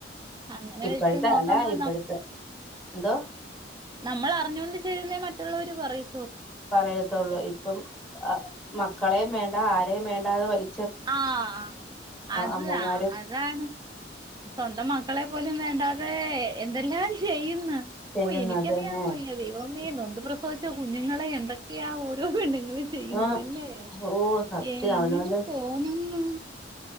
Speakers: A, on the right; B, in the centre.
A: അങ്ങനെ
B: ഇപ്പഴത്തെ
A: വെച്ച് നോക്കുമ്പോ
B: അല്ല ഇപ്പഴത്തെ എന്തോ
A: നമ്മളറിഞ്ഞൊണ്ട് ചെയ്തന്നേ മറ്റുള്ളവര് പറയൂ
B: പറയത്തോള്ളൂ ഇപ്പം ആഹ്‌ മക്ക്‌ ക്കളേം വേണ്ട ആരെയും വേണ്ടതെ വലി
A: ആഹ് അത
B: അമ്മമാരും
A: അതാണ് സ്വന്തം മക്കളെ പോലും വേണ്ടാ അതെ എന്തെല്ലാം ചെയ്യുന്ന്
B: ചെയ്യുന്നത്
A: ഓ എനിക്കറിയൻ
B: തന്നെ
A: വയ്യ ദൈവം നൊന്ദു പ്രസവിച്ച കുഞ്ഞുങ്ങളെ എന്തൊക്കെയാ ഓരോ പെണ്ണു ചെയുന്നത്
B: ആ
A: ലേ
B: ഓ സത്യം
A: എങ്ങനെ
B: അവനവന്റെ
A: തോന്ന്ന്ന്